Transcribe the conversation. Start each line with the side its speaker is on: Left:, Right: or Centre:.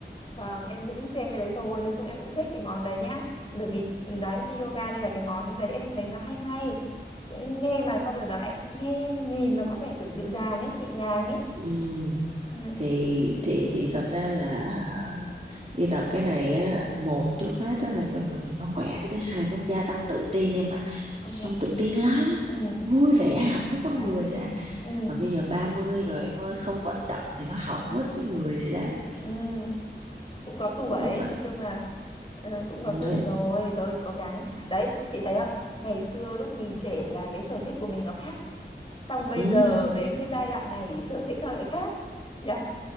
Left: Vâng, em cũng xem cái đấy rồi, nói chung em cũng thích cái món đấy nhá. Bởi vì ừ, đấy thì yoga đây là cái món đấy em thấy nó hay hay. Cũng nghe mà xong rồi nó lại nghe nhìn nó có vẻ kiểu dịu dàng ấy, nhẹ nhàng ấy.
Right: Ừ.
Left: Ừ,
Right: Thì thì thì thật ra là hả, đi tập cái này á một trước hết á là cho người mình nó khỏe cái thứ hai nó
Left: đúng,
Right: gia tăng tự tin em ạ
Left: công
Right: tập xong
Left: nhận.
Right: tự tin lắm
Left: Ừ,
Right: vui vẻ hẳn cái con
Left: đấy.
Right: người ra
Left: Ừ,
Right: mà bây giờ 30 rồi em ơi không vận động thì nó hỏng mất cái người này đấy
Left: ừ, cũng có tuổi,
Right: cũng phải
Left: nói chung là ờ, cũng có
Right: nói
Left: tuổi rồi, tôi cố gắng. Đấy, chị thấy không? Ngày xưa lúc mình trẻ là cái sở thích của mình nó khác. Xong bây
Right: ừ.
Left: giờ đến cái giai đoạn này sở thích nó lại khác. Nhỉ?